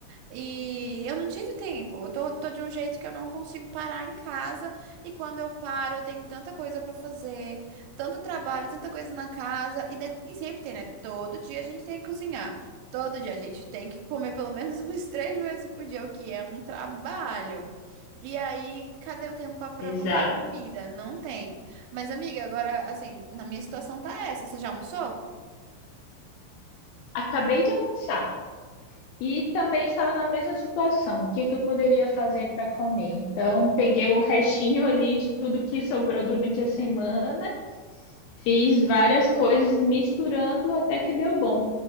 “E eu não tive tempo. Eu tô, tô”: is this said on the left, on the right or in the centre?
Right